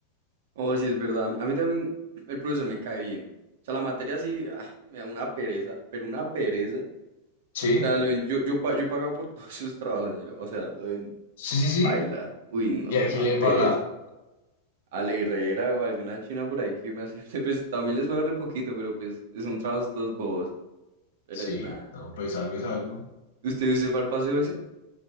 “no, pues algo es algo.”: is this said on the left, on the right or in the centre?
Left